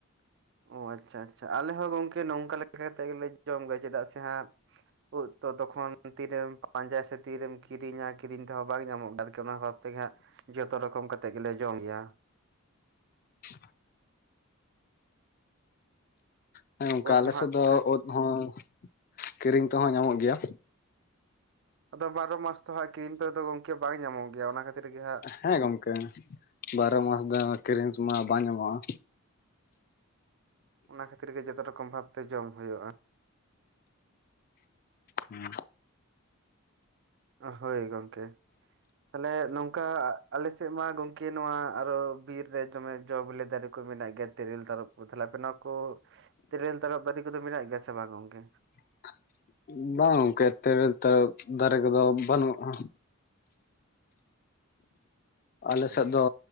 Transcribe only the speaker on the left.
<unintelligible> ᱦᱮᱸ ᱜᱚᱝᱠᱮ
ᱟᱞᱮ
ᱥᱮᱫ
ᱫᱚ
ᱳᱫ ᱦᱚᱸ ᱠᱤᱨᱤᱧ ᱛᱮᱦᱚᱸ ᱧᱟᱢᱚᱜ ᱜᱮᱭᱟ
ᱦᱮᱸ ᱜᱚᱢᱠᱮ ᱵᱟᱨᱚ ᱢᱟᱥ ᱫᱚ ᱠᱤᱨᱤᱧ ᱥᱩᱢᱟ ᱵᱟᱝ ᱧᱟᱢᱚᱜᱼᱟ
ᱦᱩᱸ
<inaudible> ᱵᱟᱝ ᱜᱚᱝᱠᱮ ᱛᱮᱨᱮᱞ ᱛᱟᱨᱚᱵ ᱫᱟᱨᱮ ᱠᱚᱫᱚ ᱵᱟᱹᱱᱩᱜᱼᱟ ᱟᱞᱮ ᱥᱮᱫ
ᱫᱚ